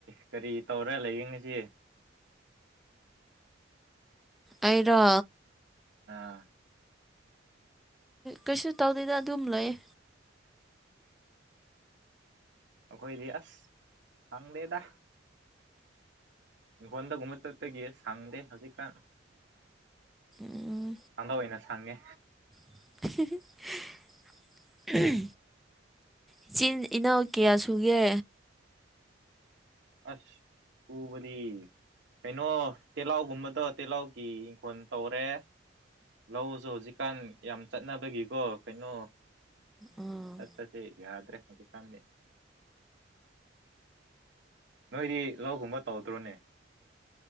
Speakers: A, on the right; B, in the centre.
A: ꯀꯔꯤ ꯇꯧꯔ ꯂꯩꯌꯦꯉꯁꯤ
B: ꯑꯩꯔꯣ
A: ꯑꯪꯑꯥ
B: ꯀꯩꯁꯨ ꯇꯧꯗꯦꯗ ꯑꯗꯨꯝ ꯂꯩꯌꯦ
A: ꯑꯩꯈꯣꯏꯗꯤ ꯑꯥꯁ ꯁꯪꯗꯦꯗꯥ ꯏꯪꯈꯣꯟꯗ ꯒꯨꯝꯕ ꯆꯠꯄꯒꯤꯑꯦ ꯁꯪꯗꯦ ꯍꯧꯖꯤꯛꯀꯥꯟ
B: ꯎꯝ
A: ꯥꯗꯥ ꯑꯣꯏꯅ ꯁꯪꯉꯦ
B: UNINTELLIGIBLE ꯏꯆꯤꯟ-ꯏꯅꯥꯎ ꯀꯌꯥ ꯁꯨꯒꯦ
A: ꯑꯥꯁ ꯎ ꯎꯕꯗꯤ ꯀꯩꯅꯣ ꯇꯤꯜꯍꯧꯎꯒꯨꯝꯕꯗꯣ ꯇꯤꯜꯍꯧꯒꯤ ꯏꯪꯈꯣꯜ ꯇꯧꯔꯦ ꯂꯧꯖꯨ ꯍꯧꯖꯤꯛꯀꯥꯟ ꯌꯥꯝ ꯆꯠꯅꯕꯒꯤꯀꯣ ꯀꯩꯅꯣ
B: ꯎꯝ
A: ꯆꯠꯄꯖꯤ ꯌꯥꯗ꯭ꯔꯦ ꯍꯧꯖꯤꯛꯀꯥꯟꯗꯤ ꯅꯣꯏꯗꯤ ꯂꯧꯒꯨꯝꯕꯇꯧꯗ꯭ꯔꯣꯅꯦ